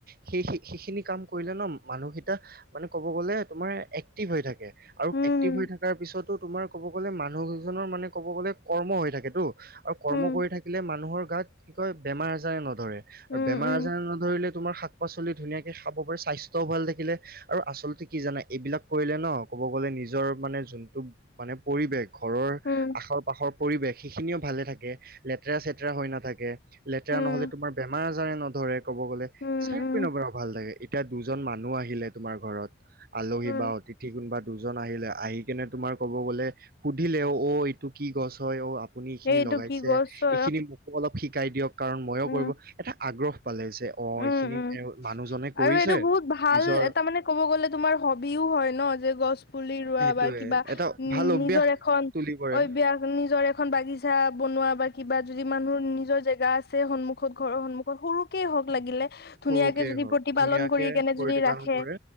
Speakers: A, on the right (about 50°); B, on the left (about 55°).
A: সেই সিখিনি কাম কৰিলে ন মানুহকেইটা মানে ক'ব গ'লে তোমাৰ এক্টিভ হৈ থাকে। আৰু
B: উম
A: এক্টিভ হৈ থকাৰ পিছত, ত' তোমাৰ ক'ব গ'লে মানুহকেইজনৰ মানে, ক'ব গ'লে কৰ্ম হৈ থাকেতো। আৰু কৰ্ম
B: উম
A: কৰি থাকিলে মানুহৰ, গাত কি কয় বেমাৰ আজাৰে ন ধৰে আৰু
B: উম
A: বেমাৰ
B: উম
A: আজাৰ নধৰিলে তোমাৰ শা শাক পাচলি ধুনীয়াকে খাব পাৰে স্বাস্থ্যও ভাল থাকিলে আৰু আচলতে কি জানা এইবিলাক কৰিলে ন ক'ব গ'লে নিজৰ মানে যোনটো মানে পৰিৱেশ, ঘৰৰ,
B: উম
A: আষৰ পাষৰ পৰিৱেশ সেইখিনিও ভালে থাকে লেতেৰা চেতেৰা হৈ নাথাকে, লেতেৰা
B: উম
A: নহ'লে তোমাৰ বেমাৰ আজাৰে ন ধৰে ক'ব গ'লে
B: উম
A: চাৰিও
B: উম
A: পিনৰ পৰা ভাল লাগে এতিয়া দুজন মানুহ আহিলে তোমাৰ ঘৰত, আলহী
B: উম
A: বা অতিথি কোনোবা দুজন আহিলে আহি কিনে তোমাৰ ক'ব গ'লে সুধিলে অহ এ ইটো কি গছ হয় অহ, আপুনি এইখিনি
B: এইটো
A: লগাইছে
B: কি গছ অ
A: এইখিনি মোকো অলপ শি কাই দিয়ক, কাৰণ মইয়ো
B: উম
A: কৰিব এটা, আগ্ৰহ, পালে যে অ
B: উম
A: এইখিনি
B: উম
A: এ মানুহজনে কৰিছে
B: আৰু এইটো বহুত ভাল
A: নিজৰ
B: এটা মানে ক'ব গ'লে তোমাৰ হবিও হয় ন যে গছ পুলি ৰোৱা
A: সেইটোয়ে
B: বা কিবা
A: এটা
B: উম
A: ভাল অভ্যাস
B: নিজৰ এখন
A: তুলি পৰে
B: অভ্যাস, নিজৰ এখন বাগিছা বনোৱা বা কিবা যদি মানুহৰ নিজৰ জেগা আছে সন্মুখত ঘৰৰ সন্মুখত সৰুকে হওক লাগিলে ধুনীয়াকে
A: সৰুকেই
B: যদি
A: হওঁক,
B: প্ৰতিপালন
A: ধুনীয়াকে
B: কৰি কেনে
A: প্ৰতিপালন
B: যদি ৰাখে
A: কৰে